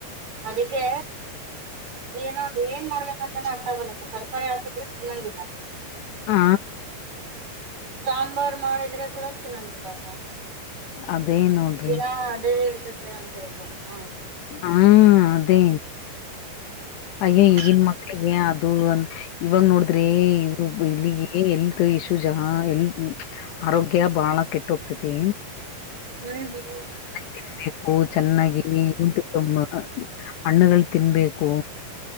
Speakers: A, on the right; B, on the left.
A: ಅದಿಕ್ಕೆ ಏನಾದಂದ್ರ ಏನ್ ಮಾಡ್ಬೇಕ ಅಂತಾನ ಅರ್ಥಗಲ್ಲಪ್ಪ ತರಕಾರಿ ಹಾಕಿದ್ರೆ ತಿನಂಗಿಲ್ಲ
B: ಹಾ
A: ಸಾಂಬಾರ್ ಮಾಡಿದ್ರೆ ಕೂಡ ತಿನಂಗಿಲ್ಲ ಅಕ್ಕ
B: ಅದೇ ನೋಡ್ರಿ
A: ದಿನ ಅದೆ ಇರ್ತತೆ ಅಂಥ ಹೇಳ್ತರಕ್ಕ
B: ಹ್ಮ ಅದೇ ಅಯ್ಯ
A: ಹ್ಮ್
B: ಈಗನ್ ಮಕ್ಕ ಳಿಗೆ ಅದು ಇವಾಗ ನೋಡಿದ್ರೆ ಇ ಇಲ್ಲಿಗೆ ಎಲ್ತ್ ಇಶ್ಯೂ ಜಾಸ್ತಿ ಎಲ್ತ್ ಹ್ಮ್ ಆರೋಗ್ಯ ಬಹಳ ಕೆಟ್ಟೋತತೀ
A: ಹ್ಮ್ ಹ್ಮ್ <unintelligible>
B: ತಿನ್ಬೇಕು ಚೆನ್ನಾಗಿ ಉಂಟು ತಮ್ಮ ಹಣ್ಣುಗಳು ತಿನ್ಬೇಕು